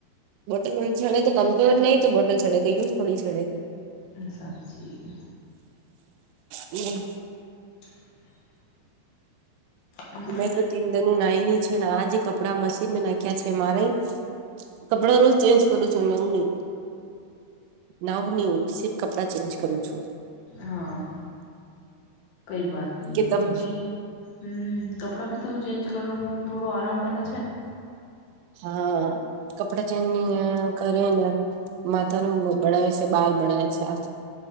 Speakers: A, on the right (about 85°); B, on the left (about 65°).
A: બોટલ નઈ છડે તો કમજોર નઈ તો બોટલ છડે તે <unintelligible>
B: હ સાચી
A: હમ.
B: <inaudible> હા
A: મે તો તીન દિન નાઈ ની છે ને આ જે કપડાં મશીનમાં નાખ્યા છે મારે. કપડા રોજ ચેન્જ કરું છું. નાવ ની નાવને પછી જ કપડા ચેન્જ કરું છું.
B: હા. કઈ વાત ની
A: કે તમ
B: ક્યુકી હમ કપડાભી તો ચેન્જ કરવું થોડો આરામ મલે.
A: હા કપડા ચેન્જ ની ય કરને માતાનો લોકો બડાવે છે બાલ બડાવે છે.